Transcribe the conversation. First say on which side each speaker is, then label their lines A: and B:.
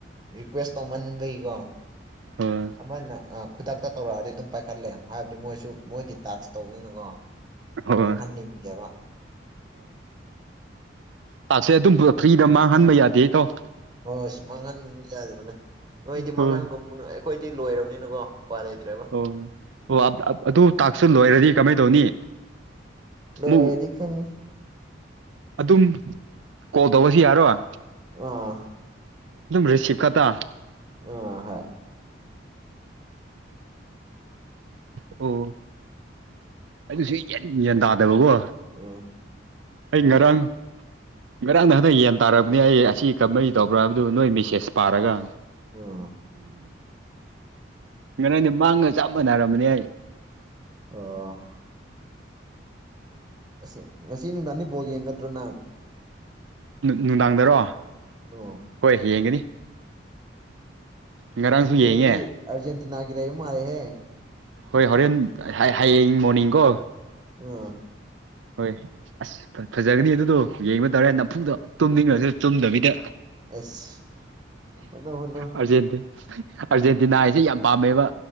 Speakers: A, on the right; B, on the right.
A: ꯔꯤꯀ꯭ꯋꯦꯁ ꯇꯧꯃꯟꯈꯩꯀꯣ
B: ꯍꯣꯏ
A: ꯑꯃꯅ ꯈꯨꯗꯛꯇ ꯇꯧꯔꯛꯑꯗꯤ ꯑꯗꯨꯝ ꯄꯥꯏꯈꯠꯂꯦ ꯍꯥꯏꯕꯗꯤ ꯃꯣꯏꯁꯨ ꯃꯣꯏꯒꯤ ꯇꯥꯛꯁ ꯇꯧꯕꯅꯤꯅꯀꯣ
B: ꯍꯣꯏ
A: ꯃꯥꯡꯍꯟꯅꯤꯡꯗꯦꯕ
B: ꯄꯥꯛꯁꯦ ꯑꯗꯨꯝ ꯐ꯭ꯔꯤꯗ ꯃꯥꯡꯍꯟꯕ ꯌꯥꯗꯦ ꯇꯥꯎ
A: ꯍꯣꯏꯁ ꯃꯥꯡꯍꯟ ꯌꯥꯗꯕꯅꯦ ꯅꯣꯏꯗꯤ
B: ꯍꯣꯏ
A: ꯃꯥꯡꯍꯟꯒꯨꯝꯕꯅꯣꯏ ꯑꯩꯈꯣꯏꯗꯤ ꯂꯣꯏꯔꯕꯅꯤꯅꯀꯣ ꯎꯄꯥꯏ ꯂꯩꯇ꯭ꯔꯦꯕ
B: ꯑꯣ ꯑꯣ ꯑꯗꯨ ꯇꯥꯛꯁꯨ ꯂꯣꯏꯔꯗꯤ ꯀꯃꯥꯏ ꯇꯧꯅꯤ
A: ꯂꯣꯏꯗꯤ
B: ꯑꯃꯨꯛ
A: ꯈꯪ
B: ꯑꯗꯨꯝ ꯀꯣꯜ ꯇꯧꯕꯁꯤ ꯌꯥꯔꯣꯏ
A: ꯑꯥ
B: ꯑꯗꯨꯝ ꯔꯤꯁꯤꯞ ꯈꯠꯇ
A: ꯑꯥ ꯍꯥꯏ
B: ꯑꯣ ꯑꯗꯨꯁꯨ ꯌꯦꯟ ꯭ꯌꯥꯟ ꯇꯥꯗꯕꯀꯣ
A: ꯑ
B: ꯑꯩ ꯉꯔꯥꯡ ꯉꯔꯥꯡ ꯅ ꯍꯟꯗꯛ ꯌꯦꯟ ꯇꯥꯔꯛꯄꯅꯤ ꯑꯩ ꯑꯁꯤ ꯀꯃꯥꯏ ꯇꯧꯕ꯭ꯔꯕ ꯅꯣꯏ ꯃꯦꯁꯦꯖ ꯄꯥꯔꯒ
A: ꯎꯝ
B: ꯉꯔ ꯃꯥꯡꯒ ꯆꯞ ꯃꯥꯟꯅꯔꯔꯕꯅꯦ ꯑꯩ
A: ꯑ ꯑꯁ ꯉꯁꯤ ꯅꯨꯡꯗꯥꯡꯅꯤ ꯕꯣꯜ ꯌꯦꯡꯒꯗ꯭ꯔꯣ ꯅꯪ
B: ꯅꯨꯡꯗꯥꯡꯗꯔꯣ
A: ꯎꯝ
B: ꯍꯣꯏ ꯌꯦꯡꯒꯅꯤ ꯉꯔꯥꯡꯁꯨ ꯌꯦꯡꯉꯦ
A: ꯍꯣꯔꯦꯟꯗꯤ ꯑꯔꯖꯦꯟꯇꯤꯅꯥꯒꯤ ꯂꯩꯕ ꯃꯥꯂꯦꯍꯦ
B: ꯍꯣꯏ ꯍꯣꯔꯦꯟ ꯍꯌꯦꯡ ꯃꯣꯔꯅꯤꯡꯀꯣ
A: ꯑ
B: ꯍꯣꯏ ꯑꯁ ꯐꯖꯒꯅꯤ ꯑꯗꯨꯗꯣ ꯌꯦꯡꯕ ꯇꯧꯔꯦ ꯅꯝꯐꯨꯡꯗꯣ ꯇꯨꯝꯅꯤꯡꯉꯁꯨ ꯆꯨꯝꯗꯕꯤꯗ
A: ꯑꯁ ꯍꯣꯠꯅꯧ ꯍꯣꯠꯅꯧ
B: ꯍꯧꯖꯤꯗꯤ ꯑꯥꯔꯖꯦꯟꯇꯤꯅꯥ ꯍꯥꯏꯁꯦ ꯌꯥꯝ ꯄꯥꯝꯃꯦꯕ